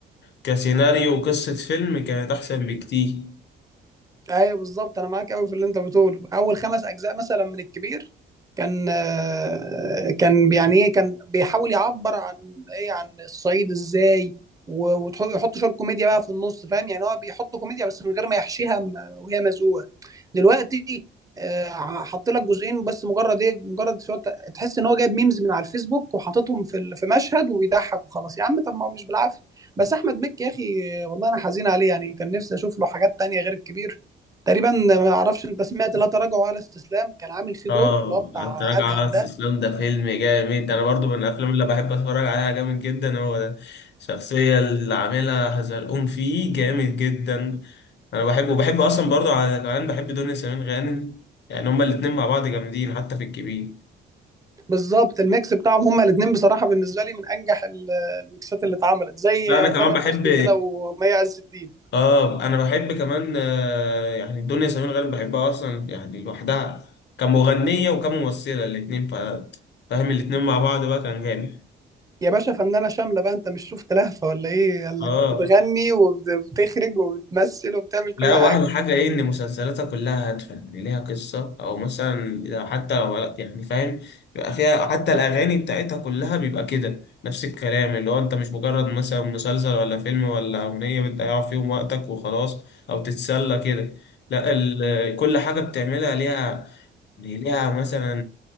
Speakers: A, on the left; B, on the right.
A: كسيناريو وقصة فيلم كانت احسن بكتير
B: ايوه بالظبط انا معاك قوي في اللي انت بتقوله اول خمس اجزاء مثلا من الكبير كان آه، كان يعني ايه كان بيحاول يعبر عن ايه عن الصعيد ازاي ويحط شويه كوميديا بقى في النص فاهم يعني هو بيحط كوميديا بس من غير ما يحشيها م- وهي مزقوقه دلوقتي آه، حط لك جزئين بس مجرد ايه مجرد شوية- تحس ان هو جايب ميمز من على الفيسبوك وحاططهم في ال- في مشهد وبيضحك وخلاص يا عم طب ما هو مش بالعافيه بس احمد مكي يا اخي آه، والله انا حزين عليه يعني كان نفسي اشوف له حاجات تانية غير الكبير تقريبا ما اعرفش انت سمعت لا تراجع ولا استسلام كان عامل فيه
A: اه
B: دور اللي هو بتاع
A: انت راجع
B: ادهم
A: على الاستسلام
B: ده
A: ده فيلم جامد انا برضو من الافلام اللي بحب اتفرج عليها جامد جدا هو ده الشخصية اللي عاملها هزلقوم فيه جامد جدا انا بحبه وبحب اصلا برضو على كمان بحب دنيا سمير غانم يعني هما الاتنين مع بعض جامدين حتى في الكبير
B: بالظبط الميكس بتاعهم هما الاثنين بصراحه بالنسبه لي من انجح ال- الميكسات اللي اتعملت زي
A: لا انا كمان
B: تامر
A: بحب
B: حسني كده ومي عز الدين
A: اه انا بحب كمان آه يعني دنيا سمير غانم بحبها اصلا يعني لوحدها كمغنيه وكممثله الاثنين فاهم الاثنين مع بعض بقى كان جامد
B: يا باشا فنانة شاملة بقى انت مش شفت لهفة ولا ايه قال
A: اه
B: لك بتغني وبتخرج وبتمثل وبتعمل كل
A: لا
B: حاجة
A: واحلى حاجه ايه ان مسلسلاتها كلها هادفه يعني ليها قصه او مثلا لو حتى لو يعني فاهم بيبقى فيها حتى الاغاني بتاعتها كلها بيبقى كده نفس الكلام اللي هو انت مش مجرد مثلا مسلسل ولا فيلم ولا اغنيه بتضيع فيهم وقتك وخلاص او تتسلى كده لا ال- كل حاجه بتعملها ليها يعني ليها مثلا